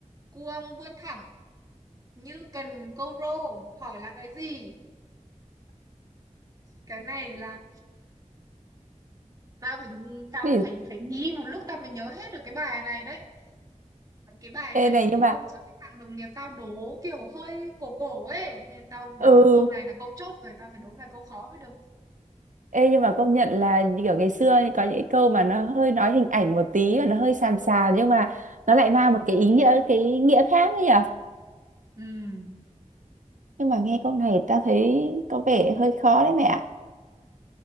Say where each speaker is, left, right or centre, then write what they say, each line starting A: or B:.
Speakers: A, on the right; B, on the right.
A: cuông vươn thẳng như cần câu rô hỏi là cái gì cái này là tao phải tao
B: Này,
A: cũng phải phải nghĩ một lúc tao mới nhớ hết được cái bài này đấy cái bài
B: Ê
A: này
B: này nhưng mà
A: hôm trước cái thằng đồng nghiệp tao đố kiểu hơi cổ cổ ấy nên tao bảo
B: ừ
A: là câu này là câu chốt rồi tao phải đố vài câu khó mới được
B: ê nhưng mà công nhận là như kiểu ngày xưa ấy, có những cái câu mà nó hơi nói hình ảnh một tí và nó hơi sàm sàm nhưng mà nó lại mang một cái ý nghĩa cái nghĩa khác ấy nhỉ
A: Ừm.
B: nhưng mà nghe câu này tao thấy có vẻ hơi khó đấy mẹ ạ